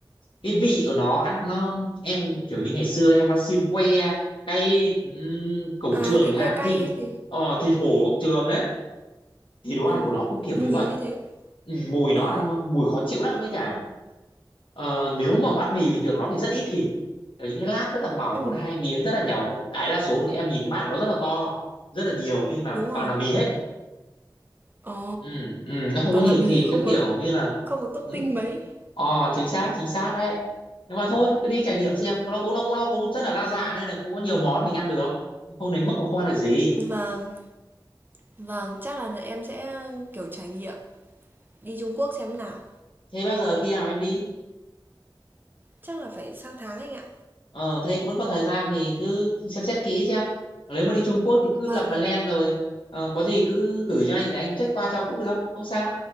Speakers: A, on the left (about 80°); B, on the right (about 25°).
A: cái vị của nó ăn nó em kiểu như ngày xưa em ăn xiên que cay ừm, cổng
B: À,
A: trường
B: cái
A: chẳng hạn
B: que cay
A: thịt
B: ấy gì?
A: ờ, thịt hổ cổng trường đấy thì đồ
B: Ừm,
A: ăn của nó cũng kiểu
B: mùi
A: như vậy
B: như thế.
A: Ừ, mùi
B: Ờ,
A: nó ăn mùi khó chịu lắm mấy cả ờ, nếu mà bát mì bình thường nó thì rất ít thịt Kiểu những cái lát rất là mỏng
B: ừm,
A: một hai miếng rất là nhỏ thôi đại đa số thì em nhìn bát của nó rất là to rất là nhiều nhưng là
B: đúng rồi.
A: toàn là mì hết
B: Ồ,
A: ừ, ừ, nó không
B: toàn
A: có nhiều
B: là mì
A: thịt
B: không
A: cái
B: có
A: kiểu như là
B: không có topping
A: ừ,
B: mấy.
A: ờ chính xác chính xác đấy nhưng mà thôi cứ đi trải nghiệm xem nó cũng nó cũng nó cũng rất
B: Đúng
A: là đa dạng
B: rồi.
A: nên là cũng có nhiều món mình ăn được không đến mức mà không ăn được gì
B: Vâng, vâng, chắc là em sẽ, kiểu, trải nghiệm đi Trung Quốc xem nào.
A: thế bao giờ khi nào em đi
B: Chắc là phải sang tháng anh ạ.
A: Ờ, thế vẫn có thời gian thì cứ xem xét kỹ xem. Nếu mà đi Trung Quốc thì cứ
B: Vâng,
A: lập plan rồi. Ờ, có gì cứ gửi cho anh để anh check qua cho cũng được. Không sao.